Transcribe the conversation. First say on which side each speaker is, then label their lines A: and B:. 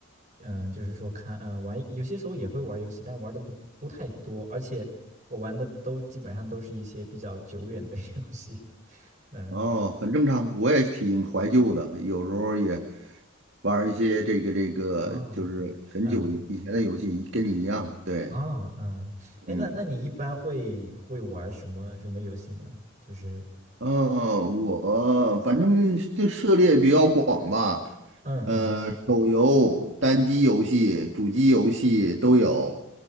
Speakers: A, on the right (about 35°); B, on the right (about 60°).
A: 嗯，就是说看嗯玩，有些时候也会玩游戏，但玩的不不太多，而且我玩的都基本上都是一些比较久远的 <laughs> 游戏。嗯
B: 哦，很正常。我也挺怀旧的，有时候也玩儿一些这个这个，
A: 啊嗯
B: 就是很久以以前的游戏，跟你一样。对，
A: 啊嗯，哎，
B: 嗯，
A: 那那你一般会会玩什么什么游戏呢？就是
B: 哦，我反正这涉猎比较广吧，
A: 嗯嗯
B: 呃，手游、单机游戏、主机游戏都有。